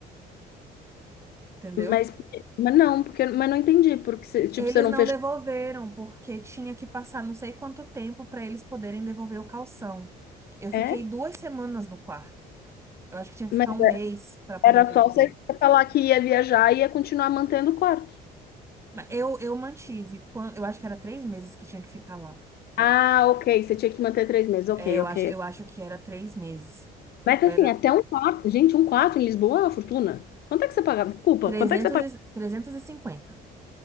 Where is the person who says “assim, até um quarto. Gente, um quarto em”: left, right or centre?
Left